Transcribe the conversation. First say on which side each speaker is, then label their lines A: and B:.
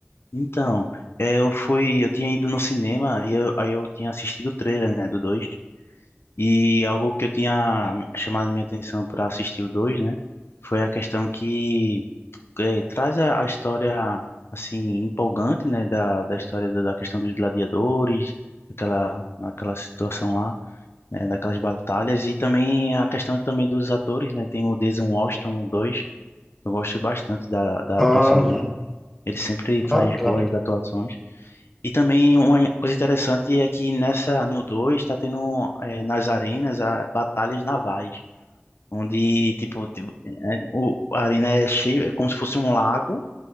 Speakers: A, on the left; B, in the centre.
A: então, é, eu fui, eu tinha ido no cinema e eu, aí eu tinha assistido o trailer, né, do dois E algo que eu tinha chamado minha atenção para assistir o 2, né? Foi a questão que eh, traz a, a história, assim, empolgante, né? Da, da história da, da questão dos gladiadores, aquela, aquela situação lá, né? Daquelas batalhas. E também a questão também dos atores, né? Tem o Denzel Washington no 2, que eu gosto bastante da, da
B: Ah,
A: atuação dele. Ele sempre
B: ah,
A: faz
B: tá.
A: boas atuações. E também uma coisa interessante é que nessa no 2 está tendo eh, nas arenas a, batalhas navais, onde tipo, ti- eh, o, a arena é cheia, é como se fosse um lago